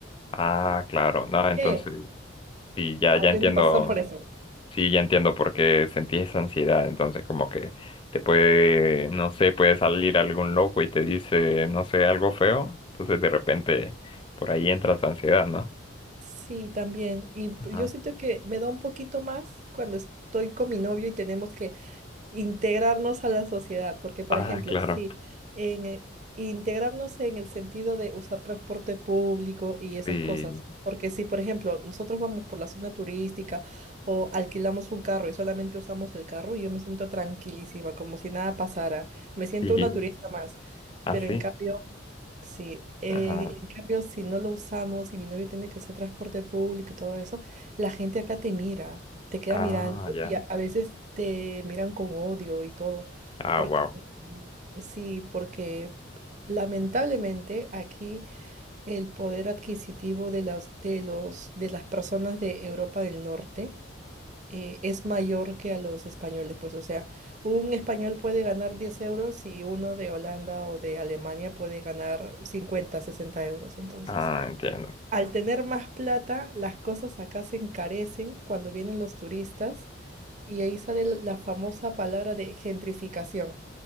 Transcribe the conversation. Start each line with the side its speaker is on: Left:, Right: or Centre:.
Left: ah, claro. No, entonces,
Right: ¿Qué?
Left: sí, ya,
Right: Hay
Left: ya entiendo
Right: una razón por eso.
Left: Sí, ya entiendo por qué sentí esa ansiedad. Entonces, como que te puede, no sé, puede salir algún loco y te dice, no sé, algo feo. Entonces, de repente, por ahí entra tu ansiedad, ¿no?
Right: Sí, también. Y p-
Left: Ajá.
Right: yo siento que me da un poquito más cuando estoy con mi novio y tenemos que integrarnos a la sociedad, porque por
Left: Ah,
Right: ejemplo,
Left: claro.
Right: sí, en, eh, integrarnos en el sentido de usar transporte público y esas
Left: Sí,
Right: cosas, porque si por ejemplo nosotros vamos por la zona turística o alquilamos un carro y solamente usamos el carro, yo me siento tranquilísima, como si nada pasara, me siento
Left: sí.
Right: una turista más,
Left: Ah,
Right: pero
Left: sí.
Right: en cambio... Sí, eh,
Left: Ajá.
Right: en cambio, si no lo usamos y mi novio tiene que usar transporte público y todo eso, la gente acá te mira, te queda
Left: Ah,
Right: mirando
Left: ya.
Right: y a, a veces te miran con odio y todo,
Left: Ah,
Right: porque
Left: wow.
Right: sí, porque lamentablemente aquí el poder adquisitivo de las, de los, de las personas de Europa del Norte eh, es mayor que a los españoles. Pues, o sea, un español puede ganar 10 euros y uno de Holanda o de Alemania puede ganar 50 60 euros. Entonces,
Left: Ah, entiendo.
Right: al tener más plata, las cosas acá se encarecen cuando vienen los turistas y ahí sale la la famosa palabra de gentrificación.